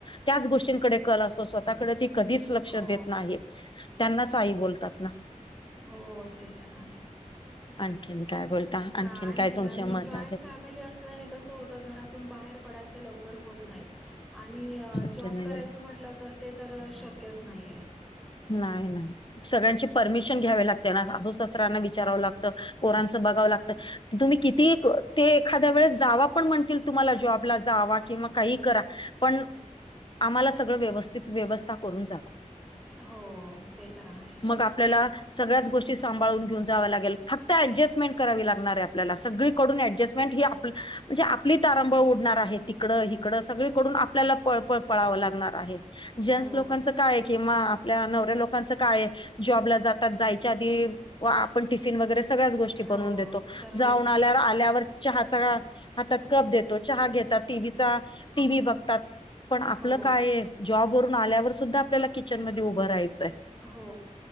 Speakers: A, on the left; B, in the centre.
A: त्याचं गोटीन कडे कल असतो स्वतः. त्याकडे ती कधीच लक्ष
B: हो,
A: देत नाही त्यांनाच आई बोलतात ना.
B: हो ते तर आहे.
A: आणखीन
B: आ
A: काय बोलता
B: काय
A: आणखीन
B: नाही
A: तुमचे
B: आणि
A: मत
B: जॉईंट
A: आहेत
B: फॅमिली अस. त्याने कस होत घरातून बाहेर पडायच लवकर होत नाही. आणि
A: शक्य
B: जॉब
A: नाहीये
B: करायचं म्हटलं तर ते तर शक्यच नाहीे.
A: नाही ना. सगळ्यांची परमिशन घ्यावे लागते ना सासू सासऱ्यांना विचारावं लागतं पोरांचं बघावं लागतं. तुम्ही किती ते एखाद्या वेळेस जावा पण म्हणतील तुम्हाला जॉबला जावा किंवा काहीही करा. पण आम्हाला सगळं व्यवस्थित व्यवस्था करून जावा.
B: हो ओ ते तर आहे.
A: मग आपल्याला. सगळ्याच गोष्टी सांभळून घेऊन जाव्या लागेल फक्त ऍडजस्टमेंट करावी लागणार आपल्याला सगळीकडून ऍडजस्ट. मेंट ही आपल. म्हणजे आपली तारांबळ उडणार आहे. तिकडं हिकडं सगळीकडून आपल्याला पळपळ पळावं लागणार आहे. जेन्टस
B: हो,
A: लोकांचं काय. आपल्या नवऱ्या लोकांच काय जॉबला जातात जायच्या आधी व आप ''--'' आपण टिफिन वगैरे सगळ्याच गोष्टी
B: हो,
A: बनवून देतो.
B: सर्व
A: जाऊन
B: वस्तू
A: आल्यावर
B: दे
A: आल्यावर. चहाचा हातात कप देतो चहा घेतात टिव्ही चा टीव्ही बघतात. पण आपलं
B: हो,
A: काय जॉबवरून आल्यावर सुद्धा आपल्याला किचन मध्ये उभं राहायचंय.
B: हो